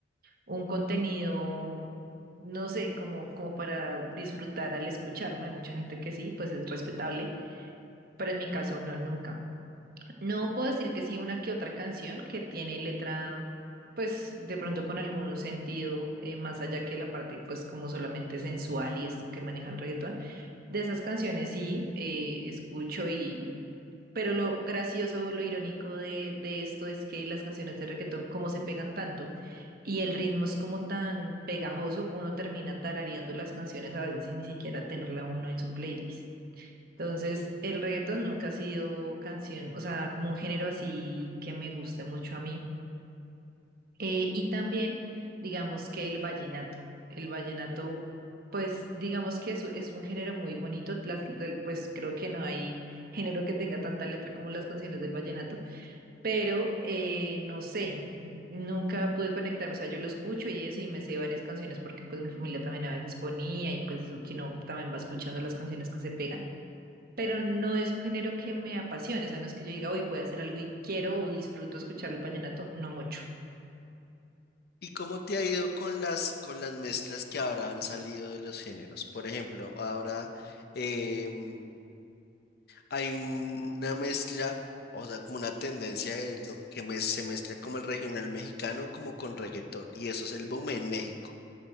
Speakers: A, on the right (about 55°); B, on the left (about 60°).
A: un contenido, no sé, como, como para disfrutar al escuchar, ¿no? Hay mucha gente que sí, pues es respetable, pero en mi caso no, nunca. No puedo decir que sí, una que otra canción que tiene letra, pues de pronto con algún sentido, eh, más allá que la parte, pues como solamente sensual y esto que maneja el reggaetón. De esas canciones sí, eh, escucho y... Pero lo gracioso, lo irónico de, de esto es que las canciones de reggaetón, como se pegan tanto y el ritmo es como tan pegajoso, uno termina tarareando las canciones a veces sin ni siquiera tenerla uno en su playlist. Entonces, el reggaetón nunca ha sido canción, o sea, como un género así que me guste mucho a mí. Eh, y también, digamos que el vallenato. El vallenato, pues, digamos que es, es un género muy bonito. Las, del- pues creo que no hay género que tenga tanta letra como las canciones del vallenato, pero eh, no sé, nunca pude conectarme. O sea, yo lo escucho y eso, y me sé varias canciones porque pues mi familia también a veces ponía y pues eso que no, también va escuchando las canciones que se pegan pero no es un género que me apasione, o sea, no es que yo diga, hoy voy a hacer algo y quiero o disfruto escuchar el vallenato, no mucho.
B: ¿Y cómo te ha ido con las, con las mezclas que ahora han salido de los géneros? Por ejemplo, ahora eh, mm, hay una mezcla, o sea, como una tendencia de lo que mez- se mezcla como el regional mexicano, como con reggaetón, y eso es el boom en México.